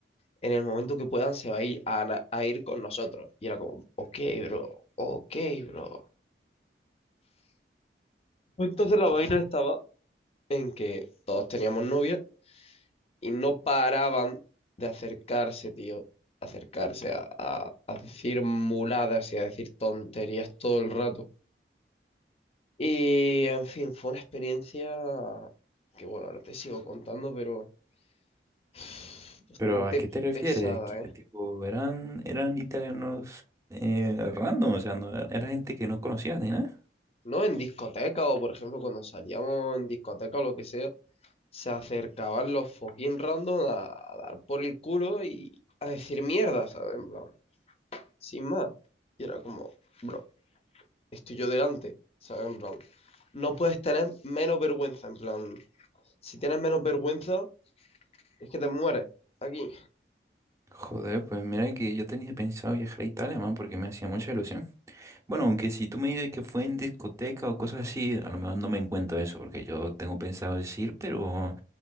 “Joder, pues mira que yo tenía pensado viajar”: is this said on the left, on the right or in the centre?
Right